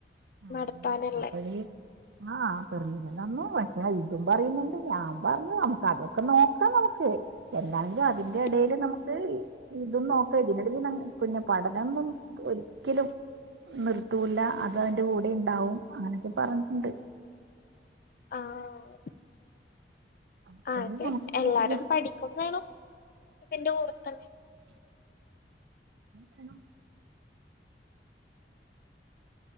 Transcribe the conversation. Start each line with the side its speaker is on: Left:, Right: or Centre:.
Right: അങ്ങനെ
Left: നടത്താനല്ലേ
Right: അപ്പഴേ ആഹ് പെർമിഷൻ തന്നു പക്ഷെ ഇതും പറയുന്നുണ്ട് ഞാൻ പറഞ്ഞു നമുക്ക് അതൊക്കെ നോക്കാം നമുക്ക് എന്തായ്ലും അതിന്റെ
Left: ആഹ്
Right: എടയില് നമു ഇത് ഇതും നോക്കാം ഇതിനെടീൽ നമു പിന്നെ പഠനം ഒന്നും ഒരിക്കലും നിർത്തൂല്ല അതഅതിന്റെ കൂടെ ഇണ്ടാവും അങ്ങനൊക്കെ പറഞ്ഞിണ്ട്
Left: ആഹ്
Right: അപ്പോഴും
Left: ആതെ
Right: നമുക്ക് എന്ത്
Left: എല്ലാരും
Right: ചെയ്യാം
Left: പഠിക്കും വേണം ഇതിന്റെ കൂടെതന്നെ
Right: വേണം